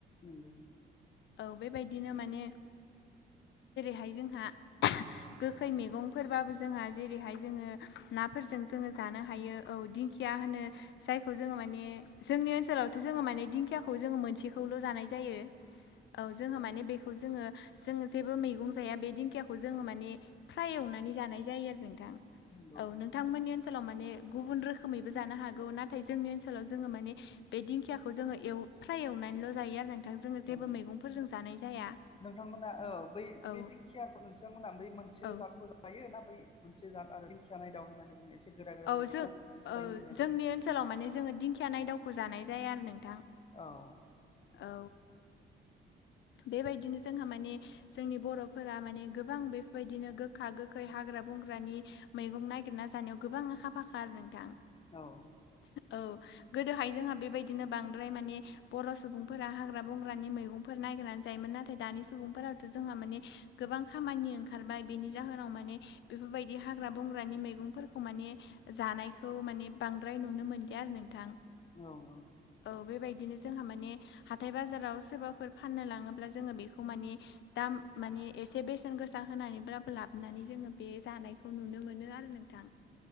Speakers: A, on the left; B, on the left.
A: नंगौ।
B: औ बेबायदिनो माने हाय जोंहा गोखै मैगंफोरबाबो जोंहा जेरैहाय जोङो नाफोरजों जोङो जानो हायो औ दिं खिया होनो जायखौ जोङो माने जोंनि ओनसोलाव थ' जोङो माने दिंखियाखौ जोङो मोनसेखौल' जानाय जायो औ जोङो माने बेखौ जोङो जोङो जेबो मैगं जाया बे दिंखियाखौ जोङो माने फ्राय एवनानै जानाय जायो आरो नोंथां।
A: नंगौ
B: औ नोंथांमोननि ओनसोलाव माने गुबुन रोखोमैबो जानो हागौ नाथाय जोंनि ओनसोलाव जोङो माने बे दिंखियाखौ जोङो एव फ्राय एवनानैल' जायो आरो नोंथां जोङो जेबो
A: औ
B: मैगंफोरजों जानाय जाया।
A: नोंथांमोना औ बै
B: औ
A: बे दिंखियाखौ नोंथांमोना बै मोनसेल'
B: औ
A: जादखौ जायो ना बै मोनसे जाद आरो दिंखिया नायदाव होननानै बुङो एसे गोरा गोरा
B: औ
A: जायो
B: जों
A: बेखौ
B: औ
A: जायनो जाया
B: जोंनि
A: नोंथांमोनथिं?
B: ओनसोलाव माने जोङो दिंखिया नायदावखौ जानाय जाया आरो नोंथां।
A: औ। <inaudible>
B: औ बेबायदिनो जोंहा माने जोंनि बर'फोरा माने गोबां बेफोरबायदिनो गोखा गो खै हाग्रा बंग्रानि मैगं नागिरना जानायाव गोबां आखा फाखा आरो नोंथां।
A: औ।
B: औ गोदोहाय जोंहा बेबायदिनो बांद्राय माने बर' सुबुंफोरा हाग्रा बंग्रानि मैगं फोर नायगेरनानै जायोमोन नाथाय दानि सुबुंफोराथ' जोंहा माने गोबां खामानि ओंखारबाय बेनि जाहोनाव माने बेफोरबायदि हाग्रा बंग्रानि मैगंफोरखौ माने जानायखौ माने बांद्राय नुनो मोनलिया आरो नोंथां।
A: औ औ।
B: औ बेबायदिनो जोंहा माने हाथाय बाजाराव सोरबाफोर फाननो लाङोब्ला जोङो बेखौ माने दाम माने एसे बेसेन गोसा होनानैब्लाबो लाबोनानै जोङो बे जानायखौ नुनो मोनो आरो नोंथां।